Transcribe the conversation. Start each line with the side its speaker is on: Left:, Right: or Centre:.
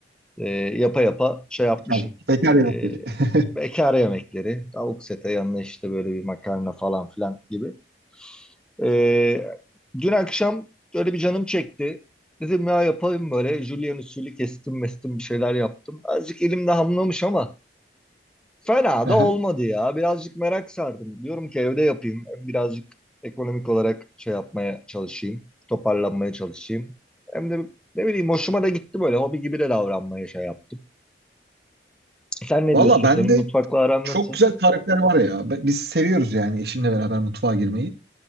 Centre: E, yapa yapa şey yapmışım.
Right: Bekar, bekar yemekleri.
Centre: E,
Right: <laughs>
Centre: bekar yemekleri, tavuk sete yanına işte böyle bir makarna falan filan gibi. Ee, dün akşam şöyle bir canım çekti. Dedim ya yapayım böyle. Julian usulü kestim mestim bir şeyler yaptım. Azıcık elimde hamlamış ama fena
Right: Aha.
Centre: da olmadı ya. Birazcık merak sardım. Diyorum ki evde yapayım. Hem birazcık ekonomik olarak şey yapmaya çalışayım. Toparlanmaya çalışayım. Hem de ne bileyim hoşuma da gitti böyle. Hobi gibi de davranmaya şey yaptım. Sen ne
Right: Valla
Centre: diyorsun?
Right: bende
Centre: Senin mutfakla aran
Right: çok
Centre: nasıl?
Right: güzel tarifler var ya. Be- Biz seviyoruz yani eşimle beraber mutfağa girmeyi.